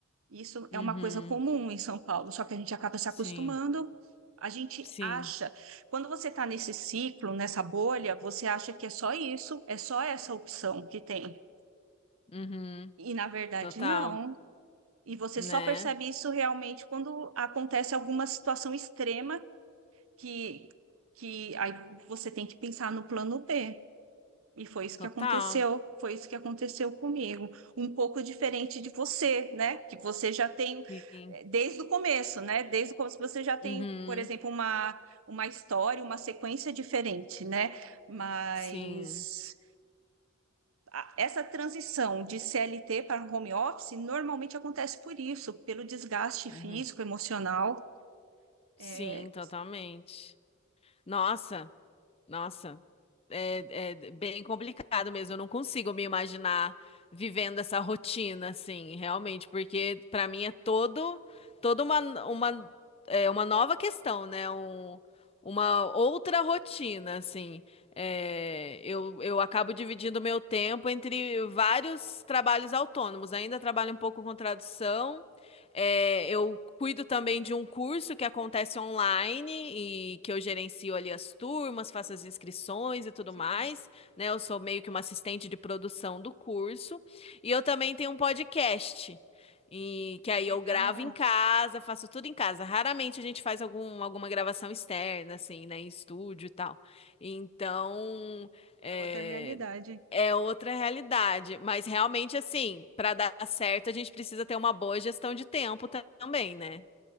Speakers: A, on the right; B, on the left.
A: Isso é
B: Uhum.
A: uma coisa comum em São Paulo, só que a gente acaba se
B: Sim,
A: acostumando. A gente
B: sim.
A: acha, quando você está nesse ciclo, nessa bolha, você acha que é só isso, é só essa opção que tem.
B: Uhum.
A: E na verdade,
B: Total,
A: não. E você
B: né?
A: só percebe isso realmente quando acontece alguma situação extrema que, que aí você tem que pensar no plano B. E foi isso
B: Total.
A: que aconteceu, foi isso que aconteceu comigo. Um pouco diferente de você, né? Que você já tem
B: Sim.
A: eh, desde o começo, né? Desde o começo você já tem,
B: Uhum.
A: por exemplo, uma, uma história, uma sequência diferente, né? Mas
B: Sim.
A: a- essa transição de CLT para home office normalmente acontece por isso, pelo desgaste físico,
B: Uhum.
A: emocional. É,
B: Sim, totalmente. Nossa, nossa. é, é bem complicado mesmo. Eu não consigo me imaginar vivendo essa rotina, assim, realmente, porque para mim é todo, toda uma, uma, é, uma nova questão, né? Um, uma outra rotina, assim. É, eu, eu acabo dividindo meu tempo entre vários trabalhos autônomos. Ainda trabalho um pouco com tradução. É, eu cuido também de um curso que acontece online e que eu gerencio ali as turmas, faço as inscrições e tudo
A: sim,
B: mais, né? Eu sou meio que uma assistente de produção do curso. E eu também tenho um podcast, e que aí
A: legal,
B: eu gravo em casa, faço tudo em casa. Raramente a gente faz algum, alguma gravação externa, assim, né? Em estúdio e tal. Então, é,
A: é outra realidade.
B: é outra realidade, mas realmente assim, para dar certo, a gente precisa ter uma boa gestão de tempo ta- também, né?